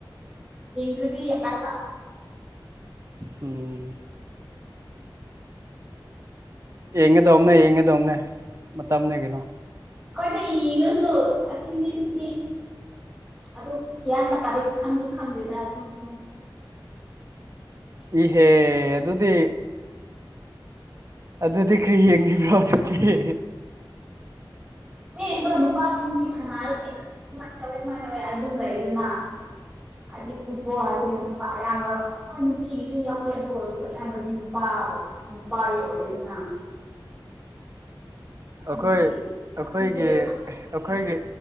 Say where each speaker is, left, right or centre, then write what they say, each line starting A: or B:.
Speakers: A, on the right (about 20°); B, on the right (about 40°).
A: ꯏꯗꯤ ꯌꯥꯔꯋꯥ
B: ꯑꯣꯝ ꯌꯦꯡꯉꯦꯗꯣꯅꯦ ꯌꯦꯡꯉꯗꯣꯅꯦ ꯃ ꯑꯃꯅꯦ ꯀꯩꯅꯣ
A: ꯍꯣꯏꯅꯦ ꯌꯦꯡꯉꯁꯨ ꯑꯁꯤꯅꯤ ꯑꯗꯨ ꯀꯌꯥꯝ ꯇꯗꯤ ꯈꯪꯗꯁꯨ ꯈꯪꯗ꯭ꯗ ꯑꯗꯨꯝ ꯁꯨꯝ <unintelligible>
B: ꯏꯍꯦ ꯑꯗꯨꯗꯤ ꯑꯗꯨꯗꯤ ꯀꯔꯤ ꯌꯦꯡꯈꯤꯕ꯭ꯔꯣ ꯑꯗꯨꯗꯤ
A: ꯃꯤꯗꯣ ꯅꯨꯄꯥꯁꯤꯡ ꯃꯤ ꯁꯃꯔꯒꯤ ꯁꯃꯅ ꯇꯧꯦ ꯁꯨꯃꯥꯏꯅ ꯇꯧꯋꯦ ꯑꯗꯨꯝ ꯂꯩꯗꯅ ꯍꯥꯏꯗꯤ ꯐꯨꯠꯕꯣꯜꯁꯦ ꯅꯨꯄꯥ ꯑꯌꯥꯝꯕ ꯍꯣꯏ ꯅꯨꯄꯤꯒꯤꯁꯨ ꯌꯥꯎꯋꯦ ꯑꯗꯨ ꯑꯣꯏꯔꯁꯨ ꯑꯌꯥꯝꯕꯗꯤ ꯅꯨꯄꯥ ꯅꯨꯄꯥꯒꯤ ꯑꯣꯏꯔꯦꯗꯅ
B: ꯑꯩꯈꯣꯏ
A: ꯑꯗꯨꯒꯤ
B: ꯑꯩꯈꯣꯏꯒꯤ
A: ꯏꯟꯇꯔꯦꯁ
B: ꯑꯩꯈꯣꯏꯒꯤ